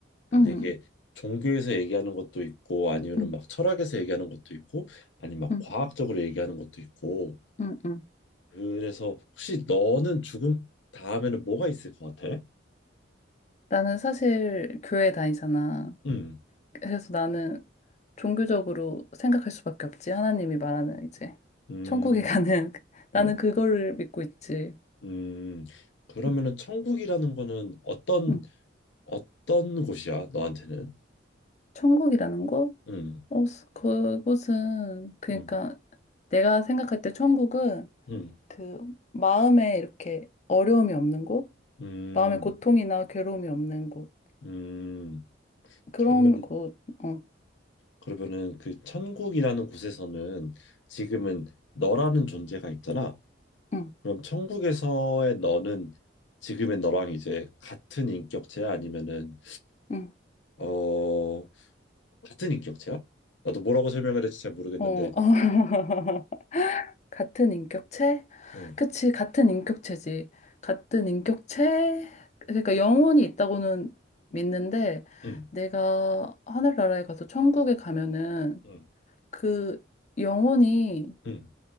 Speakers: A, on the left (about 75°); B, on the left (about 35°).
A: 근데
B: 응,
A: 이게 종교에서 얘기하는 것도 있고 아니면은
B: 응,
A: 막 철학에서 얘기하는 것도 있고 아니면 막
B: 응,
A: 과학적으로 얘기하는 것도 있고
B: 응, 응.
A: 그래서 혹시 너는 죽음 다음에는 뭐가 있을 것 같아?
B: 나는 사실 교회 다니잖아.
A: 음,
B: 그래서 나는 종교적으로 생각할 수밖에 없지. 하나님이 말하는 이제
A: 음,
B: 천국에 가는 <laughs> 나는
A: 음,
B: 그거를 믿고 있지.
A: 음. 그러면은
B: 응,
A: 천국이라는 거는 어떤
B: 응.
A: 어떤 곳이야, 너한테는?
B: 천국이라는 거?
A: 음,
B: 어, 스- 그곳은 그러니까
A: 음,
B: 내가 생각할 때 천국은
A: 음,
B: 그 마음에 이렇게 어려움이 없는 곳,
A: 음,
B: 마음에 고통이나 괴로움이 없는 곳
A: 음.
B: 그런
A: 그러면은,
B: 곳. 어.
A: 그러면은 그 천국이라는 곳에서는 지금은 너라는 존재가 있잖아.
B: 응.
A: 그럼 천국에서의 너는 지금의 너랑 이제 같은 인격체야? 아니면은,
B: 응.
A: 어, 같은 인격체야? 나도 뭐라고 설명을 할지 잘 모르겠는데,
B: 어, 어. <laughs> 같은 인격체?
A: 응,
B: 그치, 같은 인격체지. 같은 인격체? 그러니까 영혼이 있다고는 믿는데,
A: 응,
B: 내가 하늘나라에 가서 천국에 가면은
A: 응,
B: 그 영혼이
A: 응,